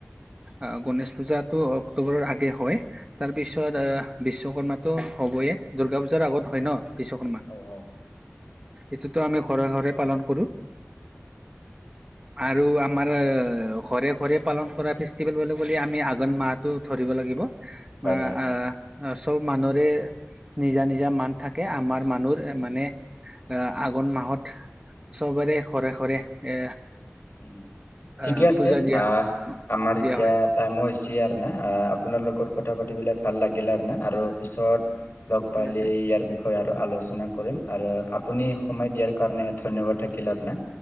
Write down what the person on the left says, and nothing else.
হয় হয়
<inaudible>
হয়
হয়
উম
উম ঠিকে
আছে
আহ
আমাৰ এতিয়া
টাইমো হৈছে আৰু না, আপোনাৰ লগত কথা পাতিব পেলাই ভাল লাগিল আৰু ন। আৰু পিছত লগ পালে
ইয়াৰ বি বিষয় আৰু আলোচনা কৰিম, আৰু আপুনি সময় দিয়াৰ কাৰণে ধন্যবাদ থাকিল আৰু না।